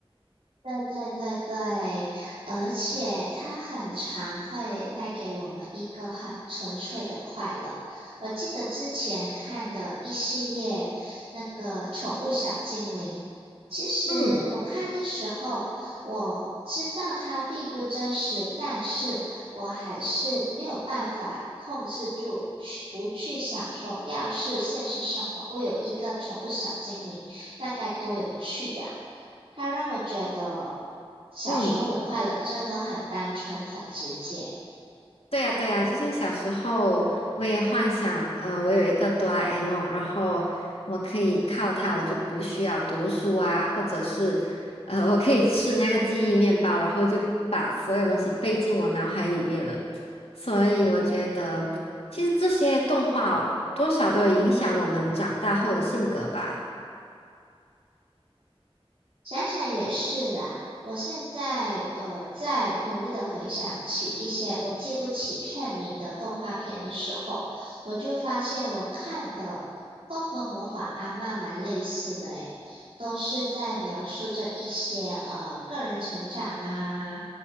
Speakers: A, on the right; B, on the left.
A: 对对对对，而且它很常会带给我们一个很纯粹的快乐。我记得之前看的一系列那个宠物小精灵，其实我看的时候我知道它并不真实，
B: 嗯
A: 但是我还是没有办法控制住去不去想说，要是现实生活我有一个宠物小精灵，那该多有趣呀！它让我觉得小时候的快乐真的很单纯、
B: 嗯。
A: 很直接。
B: 对呀，对呀，之前小时候我也幻想，呃，我有一个哆啦 A 梦，然后我可以靠它，我就不需要读书啊，或者是，呃，我可以吃那个记忆面包，然后就把所有东西背进我脑海里面了。所以我觉得，其实这些动画哦多少都有影响我们长大后的性格吧。
A: 想想也是啦，我现在呃在努力的回想起一些我记不起片名的动画片的时候，我就发现我看的都和《魔法阿嬷》蛮类似的诶，都是在描述着一些呃个人成长啊、